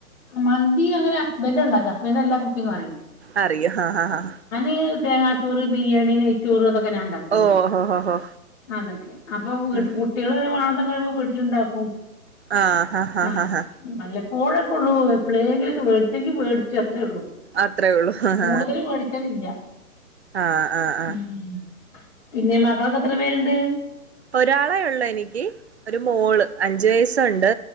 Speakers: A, on the left; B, on the right.
A: മന്തി അങ്ങനെ ഹസ്ബൻന്റ് ഉണ്ടാക്കും ഹസ്ബൻറ് എല്ലാം കുക്കിങ്ങ് അറിയും
B: ആറിയോ ആഹ് അഹ്
A: ഇത് തേങ്ങ ചോറ് ബിരിയാണി. പിന്നെ നെയ്ച്ചോറ് അതൊക്കെ ഞാൻ ഉണ്ടാക്കേണ്
B: ഓ ഹോ ഹോ ഹോ
A: ആണ് ഒക്കെ അപ്പൊ വീട്.
B: ഉം
A: കുട്ടികൾ വേണെന്ന് പറയുമ്പോൾ വീട്ടിലുണ്ടാക്കും,
B: ആഹ് ഹാ ഹാ
A: ആഹ്
B: ഹാ ഹാ
A: വല്ലപ്പോഴും. ഇപ്പൊ എപ്പോഴെങ്കിലൊക്കെ മേടിച്ചെങ്കിൽ മേടിച്ചു അത്രേള്ളൂ,
B: അത്രേ ഉള്ളൂ ആഹ്
A: കൂടുതലും മേടിക്കാല് ഇല്ല.
B: ആഹ് ആഹ് ആഹ്
A: ഉം പിന്നെ മക്കളൊക്കെ എത്ര പേരുണ്ട്.
B: ഒരാളെ ഉള്ളൂ എനിക്ക് ഒരു മോള് അഞ്ചു വയസുണ്ട്